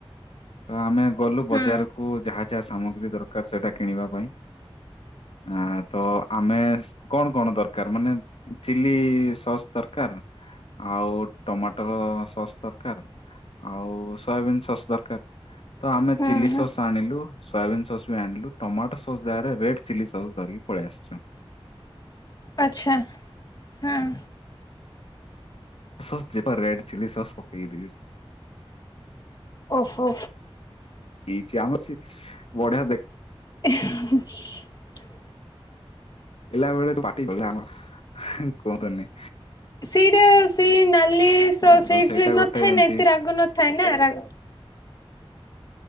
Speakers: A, on the left (about 70°); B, on the left (about 40°).
A: ତ ଆମେ ଗଲୁ ବଜାରକୁ
B: ହୁଁ
A: ଯାହା ଯାହା ସାମଗ୍ରୀ ଦରକାର ସେଇଟା କିଣିବା ପାଇଁ। ଆ ତ ଆମେ କଣ କଣ ଦରକାର ମାନେ ଚିଲି ସସ୍ ଦରକାର। କାର ଆଉ ଟମାଟର ସସ୍ ଦରକାର। ଆଉ ସୋୟାବିିନ ସସ୍ ଦରକାର ତ ଆମେ
B: ହୁଁ
A: ଚିଲି
B: ହୁଁ
A: ସସ୍ ଆଣିଲୁ। ସୋୟାବିନ୍ ସସ୍ ବି ଆଣିଲୁ ଟମାଟୋ ସସ୍ ଯାଗାରେ ରେଡ୍ ଚିଲ୍ ସସ୍ ଧରିକି ପଳେଇ ଆସିୁଛୁ।
B: ଆଚ୍ଛା ହଁ।
A: ସସ୍ ଯେପା ରେଡ ଚିଲ୍ଲି ସସ୍ ପକେଇ ଦେଇ
B: ଓଃ ପୋ।
A: ଦେଇଛି ଆମର ସେ ବଢିଆ ଦେଖ
B: <inaudible>
A: ଖାଇ ଲା ବେଳେ ପାଟି <unintelligible> ଯୋଉ ଆମର କୁହନ୍ତୁନି।
B: ସେଇଟା ସେଇ ନାଲି ସସ୍
A: ତ
B: ସେଇଥୀ
A: ସେଇଟା
B: ରେ
A: ଗୋଟେ
B: ନଥାଏ
A: ଏମତି
B: ନା ଏତେ ରାଗ ନଥାଏ ନା ରାଗ